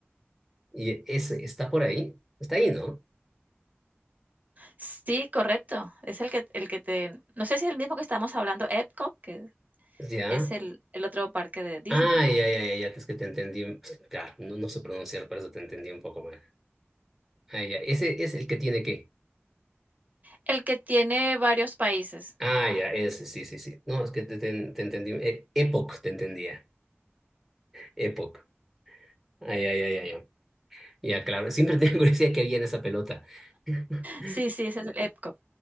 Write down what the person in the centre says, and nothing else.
Y ese está por ahí. Está ahí, ¿no?
Ya.
Ah, ya, ya, ya, ya, es que te entendí. Es que, Claro, no, no sé pronunciar, por eso te entendí un poco mal. Ah, ya. Ese es el que tiene qué.
Ah, ya, ese, sí, sí, sí. No, es que te, te- te entendí. eh, Epoch te entendía. Epoch. Ay, ay, ay, ay, ay. Ya, claro. Siempre <laughs> tenía curiosidad que había en esa pelota. <laughs>